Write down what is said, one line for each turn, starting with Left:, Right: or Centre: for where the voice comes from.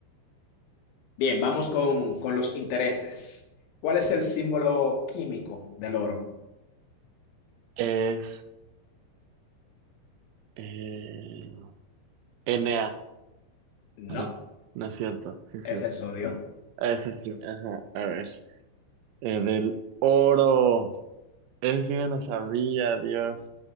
Left: Bien, vamos con, con los intereses. ¿Cuál es el símbolo químico del oro?
Right: Es eh, Enea.
Left: No,
Right: Ah, no es cierto, sí es
Left: es
Right: cierto.
Left: el sodio.
Right: Ah, Eso sí, ajá, a ver. Eh, del oro. Eso sí me lo sabía, Dios.